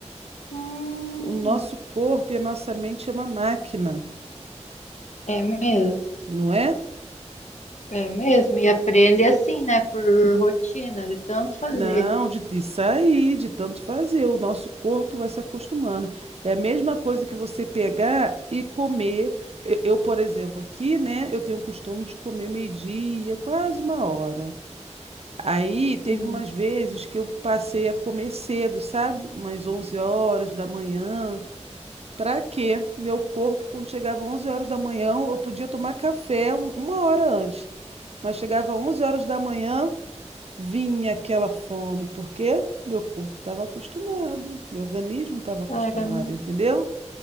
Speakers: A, on the left (about 75°); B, on the right (about 60°).
A: Hum,
B: O nosso corpo e a nossa mente é uma máquina,
A: é mesmo,
B: não é?
A: é mesmo. E aprende assim, né? Por rotina, de tanto fazer.
B: Não, de, de sair, de tanto fazer. O nosso corpo vai se acostumando. É a mesma coisa que você pegar e comer. Eu, eu, por exemplo, aqui, né, eu tenho o costume de comer meio-dia, quase uma hora. Aí teve
A: Uhum.
B: umas vezes que eu passei a comer cedo, sabe? Umas 11 horas da manhã. Pra quê? Meu corpo, quando chegava 11 horas da manhã, eu podia tomar café um- uma hora antes. Mas chegava 11 horas da manhã. Vinha aquela fome, porque meu corpo estava acostumado, meu organismo estava acostumado,
A: Era.
B: entendeu?